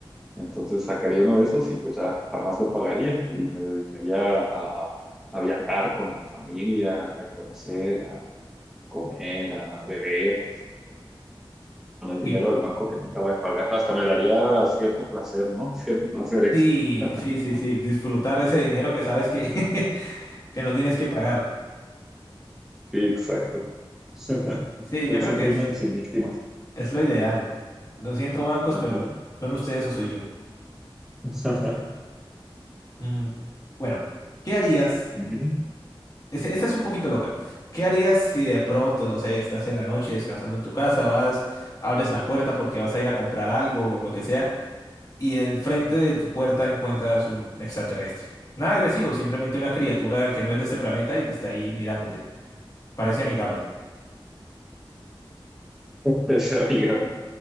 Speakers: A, in the centre; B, on the left.
A: Entonces sacaría uno de esos y pues ya jamás lo pagaría y me dedicaría a, a viajar con mi familia, a conocer, a comer, a beber, con el dinero
B: Y,
A: del banco que nunca voy a pagar. Hasta me daría cierto placer, ¿no? Cierto placer extra.
B: sí,
A: <laughs>
B: sí, sí, sí, disfrutar ese dinero que sabes que, <laughs> que no tienes que pagar.
A: Sí, exacto. <laughs>
B: Sí,
A: Es
B: yo creo
A: un
B: que
A: crimen
B: es,
A: sin víctimas.
B: es lo ideal. Lo siento, bancos,
A: Ajá.
B: pero son ustedes o soy yo.
A: <laughs>
B: Mm, bueno, ¿qué harías?
A: Ujú.
B: Ese- Esta es un poquito loca. ¿Qué harías si de pronto, no sé, estás en la noche descansando en tu casa, vas, abres la puerta porque vas a ir a comprar algo o lo que sea, y enfrente de tu puerta encuentras un extraterrestre? Nada agresivo, simplemente una criatura que no es de este planeta y te está ahí mirándote. Parece amigable.
A: Pues, amiga.